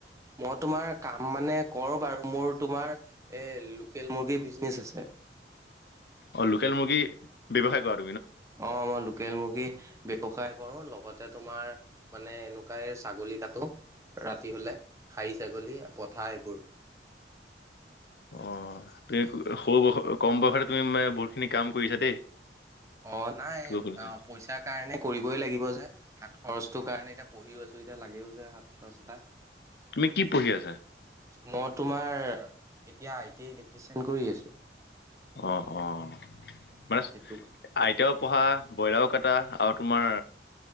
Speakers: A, on the right; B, on the left.
A: মই তোমাৰ কাম মানে কৰো বাৰু মোৰ তোমাৰ এ লোকেল মুৰ্গীৰ বিজনেচ আছে।
B: অ লোকেল মুৰ্গী ব্যৱসায় কৰ
A: অঁ মই লো কেল মুৰ্গী ব্যৱসায় কৰো লগতে তোমাৰ মানে এনেকুৱাই ছাগলী কাটো। ৰাতি হলে খাৰী ছাগলী পঠা এইবোৰ।
B: <inaudible> অ তুমি সৰু বয়স কম বয়সতে তুমি মানে বহুতখিনি কাম কৰিছা দেই।
A: অ নাই
B: এইটো
A: অ
B: শুনি-
A: পইচাৰ কাৰণে কৰিবই লাগিব যে, হাত খৰচটো কাৰণে এতিয়া পঢ়িও আছোঁ এতিয়া লাগেও যে হাত খৰচ এটা।
B: তুমি কি পঢ়ি আছা?
A: মই তোমাৰ এতিয়া আই টি আই ইলেক্ট্ৰিচিয়ান কৰি আছো।
B: অ অ মানে
A: সেইটো
B: আই টিয়াও পঢ়া, ব্ৰইলাও কটা আৰু তোমাৰ